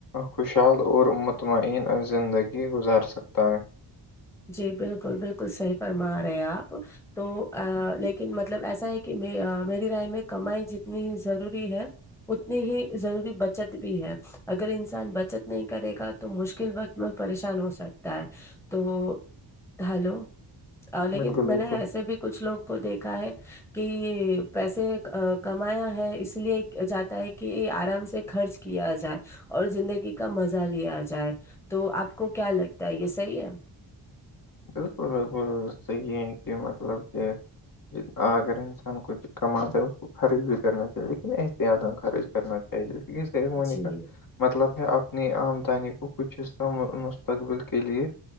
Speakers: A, on the left (about 45°); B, in the centre.
A: خوشحال اور مطمئن زندگی گزار سکتا ہے
B: جی بالکل بالکل صحیح فرما رہے آپ تو لیکن مطلب ایسا ہے کہ میری رائے میں کمائی جتنی ضروری ہے اتنی ہی ضروری بچت بھی ہے اگر انسان بچت نہیں کرے گا تو مشکل وقت میں پریشان ہو سکتا ہے تو ہلو لیکن
A: بالکل
B: میں
A: بالکل
B: نے ایسے بھی کچھ لوگوں کو دیکھا ہے کہ پیسے کمایا ہے اس لیے جاتا ہے کہ یہ آرام سے خرچ کیا جائے اور زندگی کا مزہ لیا جائے تو آپ کو کیا لگتا ہے یہ صحیح ہے
A: بالکل بالکل صحیح ہے کہ مطلب کہ اگر انسان کوئی کماتا ہے اس کو خرچ بھی کرنا چاہیے احتیاط خرچ کرنا چاہیے
B: جی
A: <unintelligible> مطلب ہے اپنی آمدنی کو کچھ حصہ مستقبل کے لیے